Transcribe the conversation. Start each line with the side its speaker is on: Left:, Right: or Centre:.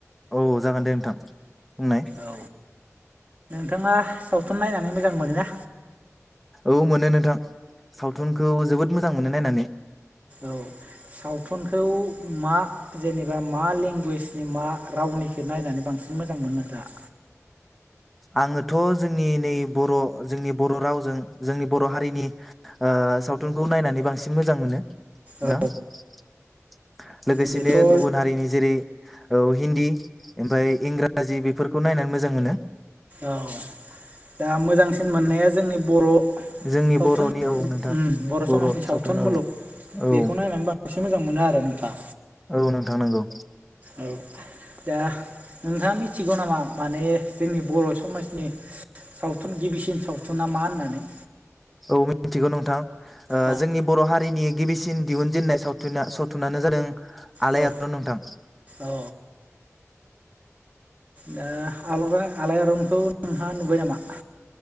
Centre: औ जागोन दे नोंथां बुंनाय।
Right: औ नोंथाङा सावथुन नायनानै मोजां मोनो ना?
Centre: औ मोनो नोंथां सावथुनखौ जोबोद मोजां मोनो नायनानै
Right: औ सावथुनखौ मा जेनेबा मा लेंगुवेजनि मा रावनिखौ नायनानै बां सिन मोजां मोनो नोंथाङा?
Centre: आङोथ' जोंनि नै बर' जोंनि बर' रावजों जोंनि बर' हारिनि ओ सावथुनखौ नायनानै बांसिन मोजां मोनो। <unintelligible>
Right: औ
Centre: लोगोसेनो
Right: बेथ' औ
Centre: गुबुन हारिनि जेरै- औ हिन्दी ओमफ्राय इंराजि बेफोरखौ नायनानै मोजां मोनो।
Right: औ दा मोजांसिन मोननाया जोंनि बर'
Centre: जोंनि
Right: सावथुन
Centre: बर'नि औ नोंथां
Right: उम समाजनि
Centre: बर' सावथुन
Right: मुलुग
Centre: औ औ
Right: बेखौ नायनानै बांसिन मोजां मोनो आरो। नोंथां
Centre: औ नोंथां नंगौ।
Right: औ दा नोंथाङा मिथिगौ नामा माने जोंनि बर' समाजनि सावथुन गिबिसिन सावथुना मा होननानै
Centre: औ मिथिगौ नोंथां ओ
Right: औ
Centre: जोंनि बर' हारिनि गिबिसिन दिहुनजेननाय सावथुना सावथुनानो जादों आलाय
Right: औ
Centre: आरन नोंथां
Right: औ दा आलरा आलाय आरनखौ नोंथाङा नुबाय नामा?